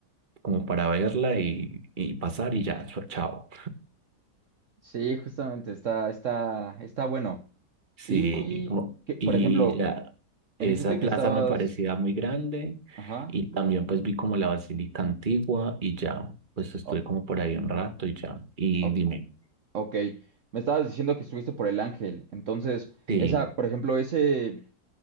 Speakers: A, on the right; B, on the right.
A: como para verla y, y pasar y ya, chao.
B: Sí, justamente, está, está, está bueno.
A: Sí,
B: Y,
A: y como-
B: que, por
A: y
B: ejemplo,
A: ya esa
B: me dijiste
A: plaza
B: que estabas,
A: me parecía muy grande
B: ajá.
A: y también pues vi como la basílica antigua y ya, pues estuve
B: O-
A: como por ahí un rato y ya. Y
B: o-
A: dime,
B: ok, me estabas diciendo que estuviste por El Ángel, entonces,
A: sí,
B: esa, por ejemplo, ese,